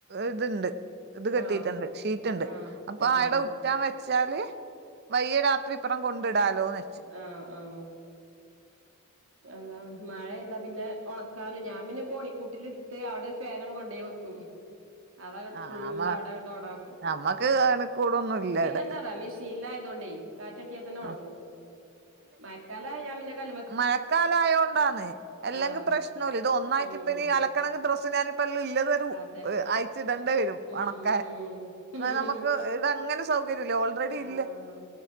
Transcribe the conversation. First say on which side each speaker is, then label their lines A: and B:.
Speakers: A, on the right; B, on the right.
A: ഇതുണ്ട് ഇത് കെട്ടിട്ടുണ്ട്
B: ആഹ്
A: ഷീറ്റ്ണ്ട്
B: ആഹ്
A: അപ്പൊ
B: ആഹ്
A: ആടെ ഉറ്റാൻ വെച്ചാല് വൈിയ രാത്രി ഇപ്പറം കൊണ്ടിടാലൊന്ന്
B: ആഹ ആഹ അതാണ് മഴ ഏതാ പിന്നെ ഉണക്കാനും ഞാൻ പിന്നെ കോണിക്കൂട്ടിലിട്ടിട്ട് അവിടെ ഫൻണ് കൊണ്ടയി കും അതങ്ങട്ട്
A: ആഹ്
B: ഫുള് അവിടെ ഇടെ ഓണ ആക്കും
A: നമ്മക്ക് അണുക്കൂടൊന്നും ഇല്ല
B: പിന്നെന്താറീ
A: ഇവിടെ
B: മെഷി ഷിനിൽ ആയതുകൊണ്ടേ കാറ്റട്ടിയൽ തന്നെ
A: ആ
B: ഉണങ്ങും മയക്കാലായ ഞാൻ പിന്നെ ക
A: മഴക്കാലയോണ്ടാണ് എല്ലെങ്കിൽ
B: ആഹ്
A: പ്രശ്നല്ല ഇത് ഒന്നായിട്ട്
B: ഉം
A: ഇപ്പ ഇനി അലക്കണങ്കി ഡ്രസ്സ്‌ ഞാൻ ഇപ്പല്ല ഇല്ലതൊരു
B: അതെ
A: അയച്ചിടേണ്ടി വരും
B: ഉം
A: ഉണക്കാൻ
B: ഉം
A: എന്ന നമുക്ക് ഇവിടെങ്ങനെ സൗകര്യല്ലേ ഓൾറെഡി
B: ആഹ്
A: ഇല്ല